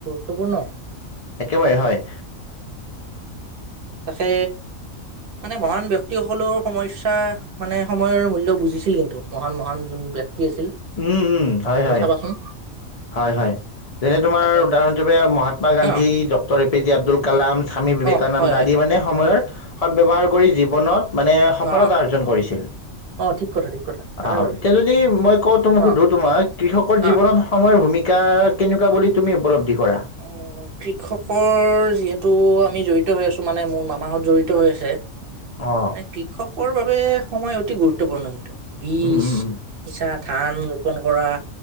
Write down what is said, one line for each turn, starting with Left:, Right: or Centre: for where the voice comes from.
Right: তোকো ন
Left: একেবাৰে হয়।
Right: তাকে মানে মহান ব্যক্তিসকলৰ সমস্যা মানে সময়ৰ মূল্য় বুজিছিল কিন্তু মহান মহান যোন ব্যক্তি আছিল
Left: উম উম হয়
Right: তুমি
Left: হয়
Right: চাবাচোন
Left: হয় হয় যেনে তোমাৰ
Right: তাকে
Left: উদাহৰণ হিচাপে মহাত্মা গান্ধী
Right: অ
Left: ড A P J Abdul Kalam Swami বিবেকানন্দ
Right: অ হয় হয়
Left: আদি মানে সময়ৰ সদ ব্যয়ৱহাৰ কৰি জীৱনত মানে সফলতা
Right: অ
Left: অৰ্জন কৰিছিল
Right: অ ঠিক কথা ঠিক কথা তাকে
Left: আহ
Right: ভাবিছো
Left: এতিয়া যদি মই কওঁ তোমোক
Right: অ
Left: সুধো তোমাৰ কৃষকৰ,
Right: অ
Left: জীৱনত ভূমিকা কেনেকুৱা বুলি তুমি উপলব্ধি কৰা
Right: অ কৃষকৰ যিহেতু আমি জড়িত হৈ আছো মানে মোৰ মামাহঁত জড়িত হৈ আছে
Left: অ
Right: মানে কৃষকৰ বাবে সময় অতি গুৰুত্বপূৰ্ণ কিন্তু। বীজ
Left: উম উম উম
Right: সিচা, ধান ৰোপন কৰা,